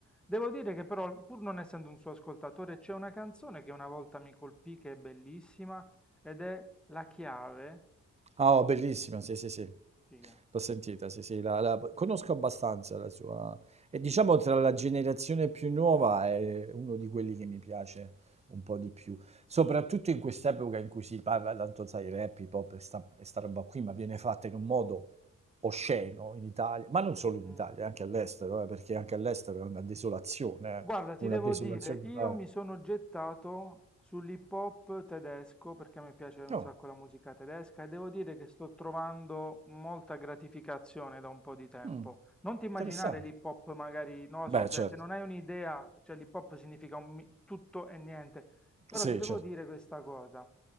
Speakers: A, in the centre; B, on the right.
A: Devo dire che però, pur non essendo un suo ascoltatore, c'è una canzone che una volta mi colpì, che è bellissima, ed è La Chiave.
B: Ah, oh, bellissima, sì, sì, sì.
A: Figa.
B: L'ho sentita, sì, sì, la, la- conosco abbastanza la sua... E diciamo tra la generazione più nuova è uno di quelli che mi piace un po' di più. Soprattutto in quest'epoca in cui si parla tanto, sai, rap, hip hop e sta, e sta roba qui, ma viene fatta in un modo osceno in Italia, ma non solo in
A: Mm.
B: Italia, anche all'estero, eh, perché anche all'estero è una desolazione,
A: Guarda,
B: eh,
A: ti
B: una
A: devo
B: desolazione
A: dire, io
B: totale.
A: mi sono gettato sull'hip hop tedesco perché mi piace un
B: Oh,
A: sacco la musica tedesca e devo dire che sto trovando molta gratificazione da un po' di tempo.
B: mm,
A: Non ti immaginare
B: interessante.
A: l'hip hop magari, non lo
B: Beh,
A: so, cioè
B: certo.
A: se non hai un'idea, cioè l'hip hop significa un mi- tutto e niente, però
B: Sì,
A: ti devo
B: certo.
A: dire questa cosa.